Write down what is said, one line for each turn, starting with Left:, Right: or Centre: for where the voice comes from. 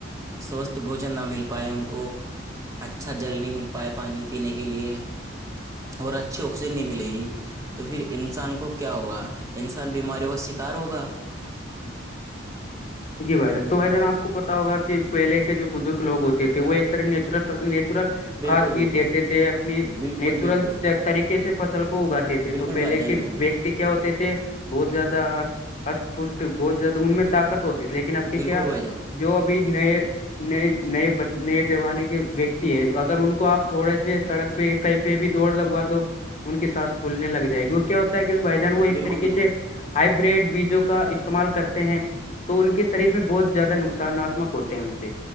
Right: سوستھ بوجن نہ مل پائے ان کو اچھا جل نہیں مل پاائے پانی پینے کے لیے اور اچھی آکسیجن نہیں ملے گی تو پھر انسان کو کو کیا ہوگا انسان بیماریوں کا شکار ہوگا
Left: جی بھائی جان تو بھ جان آپ کو پتا ہوگا کہ پہلے کے جو بزرگ لوگ ہوتے تھے وہ ایک طرح نیچرل نیچرل
Right: بالکل
Left: کاد بھی
Right: بالکل
Left: دیتے تھے اپنی
Right: بالکل
Left: نیچرل
Right: بالکل
Left: طریقے سے فصل کو اگاات تھے
Right: بالکل
Left: تو پہل
Right: بھائی جان
Left: کے
Right: بالکل
Left: ویکتی ہوتے تھے بہت زیادہ اسپش بہت زیادہ ان میں طاقت ہوتا لیکن اب کے
Right: بالکل
Left: کیا
Right: بھائی جان
Left: جو ابھی نئے نئے نئے نئے زمانے کے ویکتی ہے اگر ان کو آپ تھوڑے سے سڑک پہ کہیں پہ بھی دوڑ لگوا دو ان کے سانس پھولنے لگ جائے گی کیا ہوتا ہے کیکہ بھائی جان وہ ایک
Right: بالکل
Left: طریقے
Right: بالکل
Left: سے ہائیبریڈ ویجو کا استعمال کرتے ہیں تو ان کے شریر میں بہت زیادہ نقصاناتمک ہوتے ہیں ان سے